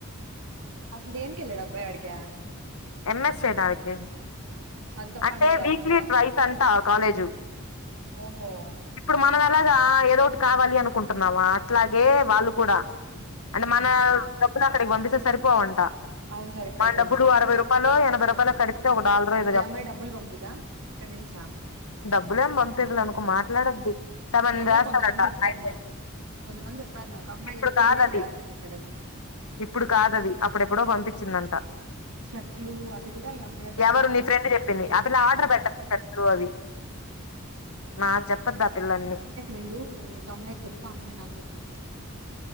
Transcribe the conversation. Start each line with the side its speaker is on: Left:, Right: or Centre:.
Right: అసల్ దేనిక్ ఎళ్ళాడు అబ్బాయ్ ఆడికా
Left: ఎం ఎస్ చేడానికి
Right: అది తప్ప
Left: అంటే
Right: అన్ని చేస్తున్నాడా
Left: వీక్లీ ట్వైస్ అంటా ఆ కాలేజు
Right: ఓహో
Left: ఇప్పుడు మనం ఎలాగా ఏదో ఒటి కావాలి అనుకుంటున్నామా అట్లాగే వాళ్ళు కూడా అంటే మన
Right: అవునా
Left: డబ్బులు అక్కడికి వంపిస్తే సరిపోవంట
Right: అవును సరిపో
Left: మన
Right: తెలుసు
Left: డబ్బులు అరవై రూపాలో ఎనభై రూపాయ్లో కదిపితే ఒక డాలరో ఏదో జ
Right: అమ్మాయ్ డబ్బుల్ వంపిదా ఇక్కడ్నుంచా
Left: డబ్బులేం బంపిద్లె అనుకో మాట్లాడద్ది సెవెన్
Right: ఎవరో
Left: చేస్తారట
Right: కొంతమంది చెప్పారు
Left: అయితే
Right: నాకు కొంతమంది చెప్పారు నాకు అమ్మాయి
Left: ఇప్పుడు
Right: ఏదో
Left: కాదది
Right: కొరియర్ జాసుద్దంట గదా
Left: ఇప్పుడు కాదది అప్పుడెప్పుడో వంపిచ్చిందంట
Right: షర్ట్లూ అవి గూడా ఈ అమ్మాయె బంపిసుద్దంట
Left: ఎవరు నీ ఫ్రెండ్
Right: ఈడ్నుంచి
Left: చెప్పింది ఆ పిల్ల ఆర్డర్ బెట్ట <inaudible> షర్ట్లు అవి నాక్ చెప్పుద్ది ఆ పిల్ల అన్ని
Right: రెండూ ఒక అమ్మాయ్ జెప్తే ఆ అమ్మాయ్ నాక్ జెప్పింది